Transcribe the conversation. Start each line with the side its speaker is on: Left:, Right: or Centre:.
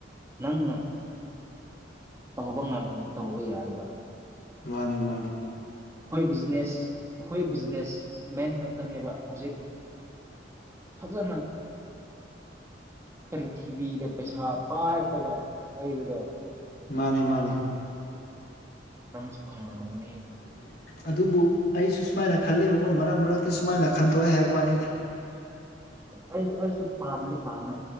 Right: ꯅꯪ ꯇꯧꯕ ꯉꯝꯂꯗꯤ ꯇꯧꯕ ꯌꯥꯏꯕ
Left: ꯃꯥꯅꯦ ꯃꯥꯅꯦ
Right: ꯑꯩꯈꯣꯏ ꯕꯤꯖꯤꯅꯦꯁ ꯑꯩꯈꯣꯏ ꯕꯤꯖꯤꯅꯦꯁ ꯃꯦꯟ ꯈꯛꯇꯅꯦꯕ ꯍꯧꯖꯤꯛ ꯐꯖꯅ ꯄ꯭ꯔꯤꯊꯤꯕꯤꯗ ꯄꯩꯁꯥ ꯄꯥꯏꯔꯒ ꯂꯩꯕꯗꯣ
Left: ꯃꯥꯅꯦ ꯃꯥꯅꯦ
Right: ꯅꯪꯁꯨ ꯈꯪꯍꯅꯤ
Left: ꯑꯗꯨꯕꯨ ꯑꯩꯁꯨ ꯁꯨꯃꯥꯏꯅ ꯈꯜꯂꯤꯕꯀꯣ ꯃꯔꯛ ꯃꯔꯛꯇꯤ ꯁꯨꯃꯥꯏꯅ ꯈꯟꯊꯣꯛꯑꯦ ꯍꯥꯏꯕ ꯋꯥꯅꯤꯗ
Right: ꯑꯩꯁꯨ ꯑꯩꯁꯨ ꯄꯥꯝꯅꯤ ꯄꯥꯝꯃꯦ